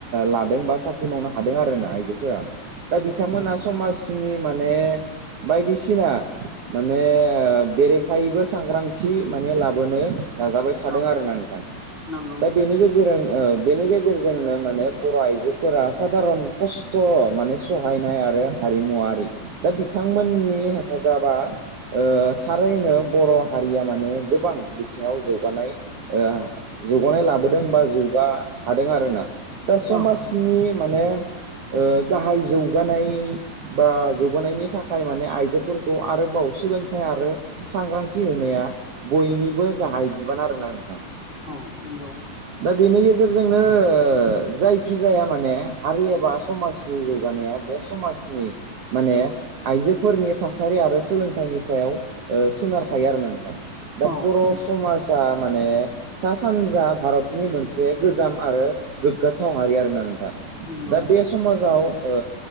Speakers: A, on the right; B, on the left.
A: लादों बा साख्रि मावनो हादों आरोना आइजोफोरा। दा बिथांमोना समाजनि माने बायदिसि‌ ना माने ओ बेरेखायैबो सांग्रांथि माने लाबोनो नाजाबाय थादों
B: औ
A: आरो ना नोंथां।
B: नंगौ
A: दा बेनि गेजे रांजों ओ बेनि गेजेरजोंनो माने बर' आइजोफोरा सादारन खस्थ' माने सहायनाय आरो हारिमुवारि दा बिथांमोननि हेफाजाबा ओ थारैनो बर' हारिया माने गोबां बिथिङाव जौगानाय ओ जौगानाय लाबोदों बा जौगा हादों आरोना दा समाजनि
B: औ
A: माने ओ गाहाय जौगानाय बा जौगानायनि थाखाय माने आइजोफोर खौ आरोबाव सोलोंथाइ आरो सांग्रांथि होनाया बयनिबो गाहाय बिबान आरोना नोंथां
B: नोंगौ
A: दा बेनि गेजेरजोंनो जायखि जाया माने हारि एबा समाजनि जौगानाया बे समाजनि माने आइजोफोरनि थासारि आरो सोलोंथाइनि सायाव ओ सोनारखायो आरो ना नोंथां दा
B: औ
A: बर'
B: नंगौ
A: समाज आ माने सा सानजा भारतनि मोनसे गोजाम आरो गोग्गाथाव हारि आरोना नोंथां।
B: नंगौ
A: दा बे समाजाव ओ